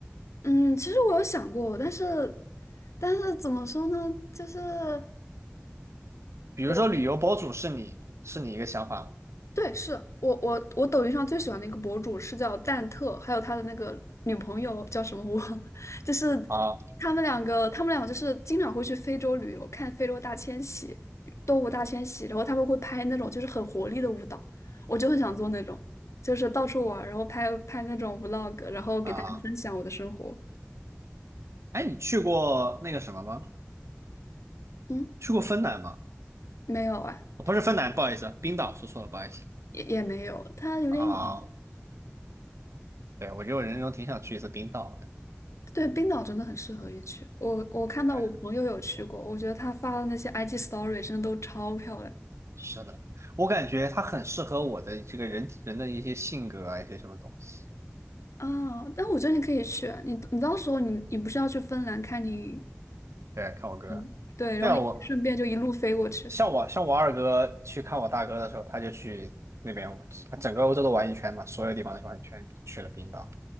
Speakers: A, on the left; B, on the right.
A: 嗯，其实我有想过，但是但是怎么说呢？就是。
B: 比如说旅游博主是你是你一个想法吗？
A: 我。对，是我我我抖音上最喜欢的一个博主是叫蛋特，还有他的那个女朋友叫什么我忘了，<laughs> 就是
B: 啊
A: 他们两个，他们两个就是经常会去非洲旅游，看非洲大迁徙、动物大迁徙，然后他们会拍那种就是很活力的舞蹈，我就很想做那种，就是到处玩儿然后拍拍那种 vlog，然后给大家分享我的生活。
B: 啊，哎，你去过那个什么吗？
A: 嗯，
B: 去过芬兰吗？
A: 没有啊，
B: 哦不是芬兰，不好意思，冰岛说错了，不好意思。
A: 也也没有，他有点远。
B: 啊，对，我觉得我人生中挺想去一次冰岛的。
A: 对，冰岛真的很适合一去。我我看到我朋友有去过，
B: 对。
A: 我觉得他发的那些 IG story 真的都超漂亮
B: 是的，我感觉他很适合我的这个人人的一些性格啊，一些什么东西。
A: 啊！但我觉得你可以去啊，你你到时候你你不是要去芬兰看你，
B: 对，看我哥，
A: 嗯，对，然后你顺便就一路飞过去
B: 对啊，我像我像我二哥去看我大哥的时候，他就去那边，他整个欧洲都玩一圈嘛，所有地方都玩一圈，去了冰岛。